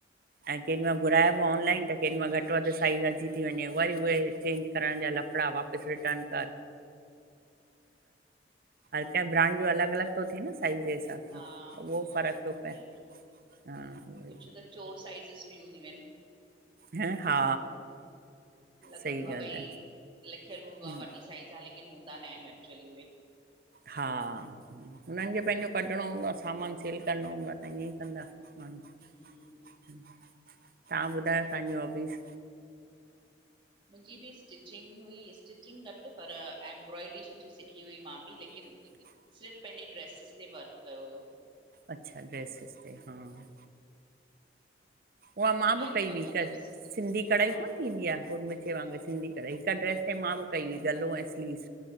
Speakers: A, on the right; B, on the right.
A: ऐं
B: हम्म
A: केॾी मइल घुराइबो ऑनलाइन त कंहिं मां घटि वधि साइज़ अच थी वंञे, वरी उहे चेंज कराएंण जा लफड़ा वापस रिटर्न। हर कं ब्रांड जो अलॻ अलॻि थो थिए न साइज़। हिस सां,
B: हा
A: उहो फ़र्क़ु थो
B: उहो
A: पए,
B: ई
A: हा। उहोई
B: कुझु त चोर साइज़िस बि हूंदियूं आहिन।
A: ह हा
B: लॻंदो
A: सही
B: आहे
A: ॻाल्हि
B: भई लिखियलु
A: आहे
B: हूंदो आ वॾी साइज़ आ लेकिन हूंदा न आहिन एक्चुली उहे।
A: हा हुननि खे पंहिंजो कढणो हूंदो आ सामानु सेल करणो हूंदो आ त ईअं ई कंदा। ह
B: हम्म
A: तव्हां ॿुधायो तव्हांजी हौब्बीज़।
B: मुंहिंजी बि स्टिचिंग हुई, स्टिचिंग घटि पर एंम्ब्रॉयड्री सुठी सिखी हुई मां बि, लेकिन
A: <inaudible>
B: सिर्फ़ु पंहिंजे ड्रेसिस ते वर्क कयो हुयो।
A: अच्छा ड्रेसिस ते, हा उहा मां बि
B: हैंडवर्क
A: कई हुई,
B: मतिलबु
A: सिंधी कढ़ाई
B: हा
A: कोन थींदी आ हो मि सिंधी कढ़ाई, हिक ड्रेस ते मां बि कई हुई गलो ऐं स्लीव।